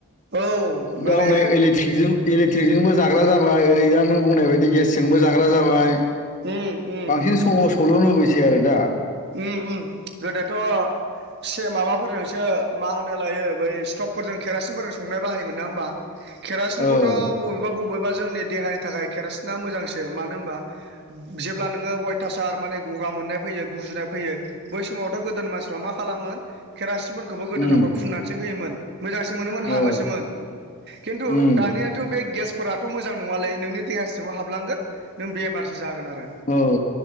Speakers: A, on the right (about 50°); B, on the left (about 35°).
A: औ माने
B: दा हनै इलेक्ट्रिक इलेक्ट्रिक जोंबो जाग्रा जाबाय ओरै दा नों बुंनाय बायदि गेस जोंबो जाग्रा जाबाय।
A: ओम ओम
B: बांसिन सहसखौल' लुबैसै आरो दा।
A: ओम ओम गोदोथ' से माबा फोरजोंसो मा होनो लायो बै स्टबफोरजों केरासिनफोरजों संनाय बाहायोमोन ना होनबा? केरासिनखौथ'
B: औ
A: बबेबा बबेबा जोंनि देहानि थाखाय केरासिना मोजांसो मानो होनबा जेब्ला नोङो अयथासार माने गगा मोननाय फैयो गुजुनाय फैयो बै समावथ' गोदोनि मानसिफ्रा मा खालामोन केरासिन फोरखौबो गोदोनाफ्राव
B: उम
A: फुननानैसो होयोमोन मोजांसो मोनोमोन हामोसोमोन
B: औ
A: खिनथु
B: उम
A: दानिया थ' बे गेसफोराथ' मोजां नङालै नोंनि देहा सिङाव हाबलांगोन नों बेमार सो जागोन आरो
B: औ